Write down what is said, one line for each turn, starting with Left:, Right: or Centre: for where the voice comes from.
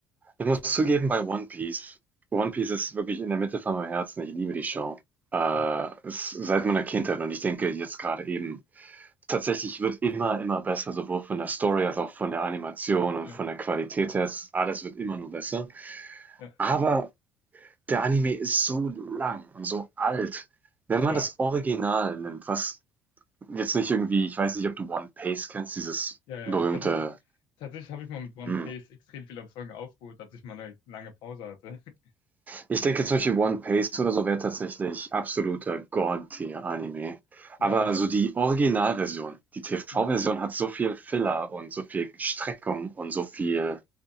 Right: Ich muss zugeben,
Left: Ja,
Right: bei One Piece One Piece ist wirklich in der Mitte von meinem Herzen. Ich liebe die Show.
Left: ja,
Right: Ist seit meiner Kindheit und ich denke jetzt gerade eben Tatsächlich wird immer, immer besser, sowohl von der Story als auch von der Animation und
Left: ja,
Right: von der Qualität her. Alles wird immer nur besser.
Left: ja,
Right: Aber der Anime ist so lang und so alt. Wenn
Left: klar.
Right: man das Original nimmt, was jetzt nicht irgendwie, ich weiß nicht, ob du One Piece kennst, dieses
Left: Ja, ja,
Right: berühmte,
Left: ich tatsächlich, tatsächlich habe ich mal mit One
Right: hm,
Left: Piece extrem viele Folgen aufgeholt, als ich mal eine lange Pause hatte. <laughs>
Right: Ich denke zum Beispiel One Piece oder so wäre tatsächlich absoluter God-Tier-Anime.
Left: Ja,
Right: Aber
Left: aber ich
Right: also
Left: habe,
Right: die Originalversion, die TV-Version
Left: ja,
Right: hat so viel Filler und so viel Streckung und so viel